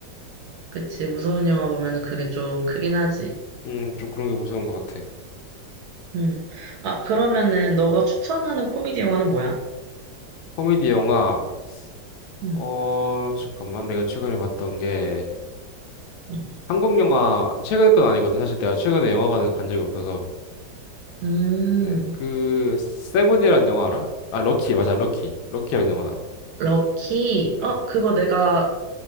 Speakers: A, on the right; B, on the left.
A: 그치, 무서운 영화 보면은 그게 좀 크긴 하지.
B: 음, 좀 그런 게 무서운 것 같아.
A: 음. 아, 그러면은 너가 추천하는 코미디 영화는 뭐야?
B: 코미디 영화,
A: 음.
B: 어, 잠깐만. 내가 최근에 봤던 게,
A: 음.
B: 한국 영화, 최근 건 아니거든. 사실 내가 최근에 영화관을 간 적이 없어서.
A: 음,
B: 네, 그, 세븐이란 영화 알아? 아, 럭키, 맞아, 럭키. 럭키라는 영화다.
A: 럭키.
B: 응.
A: 어, 그거 내가